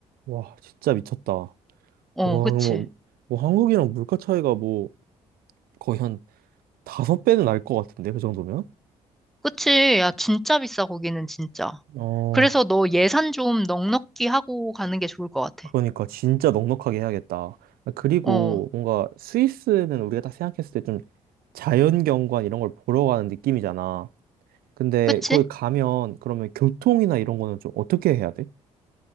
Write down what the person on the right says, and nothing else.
와, 진짜 미쳤다. 와,
뭐,
뭐 한국이랑 물가 차이가 뭐 거의 한 다섯 배는 날 것 같은데, 그 정도면?
어,
그러니까 진짜 넉넉하게 해야겠다. 그리고
뭔가 스위스는 우리가 딱 생각했을 때 좀 자연경관 이런 걸 보러 가는 느낌이잖아. 근데
거기 가면 그러면 교통이나 이런 거는 좀 어떻게 해야 돼?